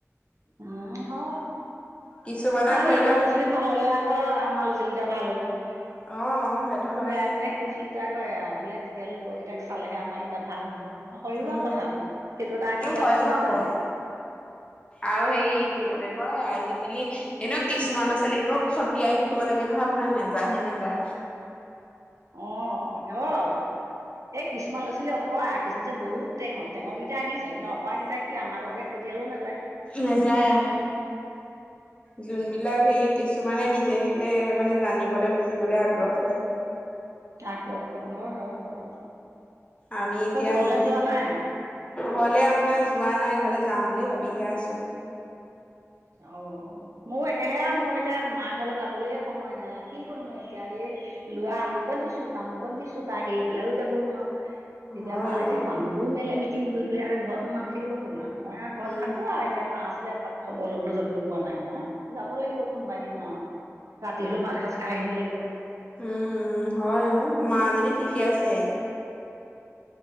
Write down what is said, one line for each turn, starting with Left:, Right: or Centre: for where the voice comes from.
Right: উ হয়
Left: কিছুমানক
Right: কাৰন
Left: ধৰি
Right: আনৰ
Left: লওক
Right: লৰা ছোৱালী ল'ৰা - ছোৱালী ভাল হলে আকৌ আমাৰ লৰা - ছোৱালী কেইটা ভাল হ'ব
Left: অ, সেইটো
Right: খুৰাই
Left: হয়েই
Right: মানে সেইটো চিন্তা কৰে আৰু বোলে তেতিয়া লোকৰকেইটাক চালেহে আমাৰকেইটা ভাল হ'ব। হয়ও
Left: উম
Right: বাৰু কথাটো সেইটো এটা আশীৰ্বাদ
Left: হয়ো
Right: নহয়
Left: আকৌ
Right: জানো।
Left: আৰু হেৰি কি বুলি কয় আজিকালি এনেও কিছুমানৰ ছোৱালীক আকৌ খতিয়াই থাকিব লাগে নহয় আপোনাৰ নেযায় হে নেযায়।
Right: অ হয়। এ কিছুমান লৰা-ছোৱালী অকৰা কিছুমান যে বহুত টেঙৰ টেঙৰকেইটা আহিছে কিন্তু অকৰাকেইটা কি আমাৰ বাবে পঠিয়ালেও নাযায়।
Left: নেযায় অহ।
Right: উম,
Left: যোনবিলাক সেই কিছুমানে নিজে নিজে মানে জানিবলৈ বুজিবলে আগ্ৰহ কৰে।
Right: আগ্ৰহ কৰে হয় হয় হয়।
Left: আমি এতিয়া
Right: তই ঘৰলে
Left: নিজে
Right: যোৱা নাই?
Left: ঘৰলে আপোনাৰ যোৱা নাই ঘৰলে যাম বুলি ভাবিহে আছো।
Right: অ মোৰ একেহে আৰু মোৰ এতিয়া মাৰ ঘৰলৈ যাবলৈ সময় নাই। কি কৰিম আৰু এতিয়া এই লৰা আমুকত দিছো তামুকত দিছো তাইক এৰি পেলাইও যাব নোৱাৰো। এতিয়া
Left: হয়
Right: মা এতিয়া
Left: অ
Right: মানুহটোও মেলে মিটিঙে ঘূৰি ফুৰে আৰু ঘৰতনো মানুহ থাকিব কোন আও। মই আৰু ঘৰত
Left: উম
Right: থাকো আৰু এতিয়া মা উছলে এপাক খবৰ ল'বলৈও যাবলৈ পোৱা নাই নহয় যাব লাগিব কোনোবা দিনা আৰু। ৰাতি হলেও ভাত এসাঁজ খাই আহিব লাগিব।
Left: উম হয় অ। মাজনি ঠিকে আছে?